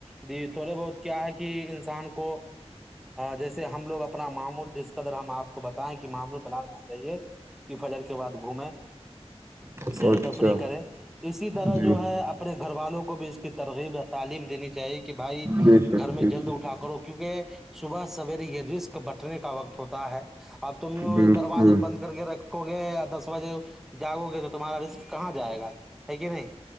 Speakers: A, in the centre; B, on the right.
A: جی تھوڑے بہت کیا ہے کہ انسان کو جیسے ہم لوگ اپنا معمول جس قدر ہم آپ کو بتائیں کہ معمول بناانا چاہیے کہ فجر کے بعد گھومیں
B: ہے
A: سیر و
B: اچھا
A: تفری کریں اسی طرح
B: جی
A: جو ہے اب گھر والوں کو بھی اس کی ترغیب یا تعلیم دینی چاہیے کہ بھائی
B: بے شک
A: گھر میں
B: بے
A: جلد
B: شک
A: اٹھا کرو کیونکہ صبح سویرے یہ رسک بٹنے کا وقت ہوتا ہے اب تم
B: بالکل
A: دروازے بند کر کے رکھو گے یا دس بجے جاگو گے تو تمہارا رسک کہاں جائے گا ہے کہ نہیں